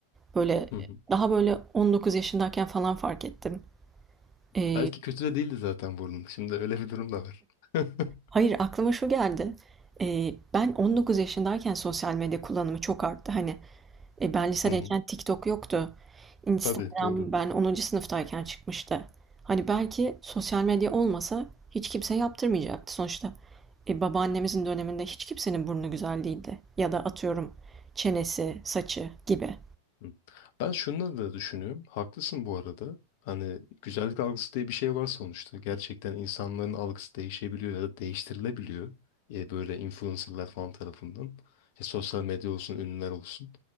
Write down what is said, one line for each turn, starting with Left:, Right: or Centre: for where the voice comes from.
Right: Böyle
Left: hı hı.
Right: daha böyle 19 yaşındayken falan fark ettim. E,
Left: Belki kötü de değildi zaten burnum. Şimdi öyle bir durum da var. <laughs>
Right: hayır aklıma şu geldi. E, ben 19 yaşındayken sosyal medya kullanımı çok arttı. Hani E, ben lisedeyken
Left: Hı hı.
Right: TikTok yoktu. Instagram
Left: Tabii doğru.
Right: ben onuncu sınıftayken çıkmıştı. Hani belki sosyal medya olmasa hiç kimse yaptırmayacaktı sonuçta. E, babaannemizin döneminde hiç kimsenin burnu güzel değildi. Ya da atıyorum çenesi, saçı gibi.
Left: Hı. Ben şunu da düşünüyorum. Haklısın bu arada. Hani güzellik algısı diye bir şey var sonuçta. Gerçekten insanların algısı değişebiliyor ya da değiştirilebiliyor. E, böyle influencerlar falan tarafından. E, sosyal medya olsun, ünlüler olsun.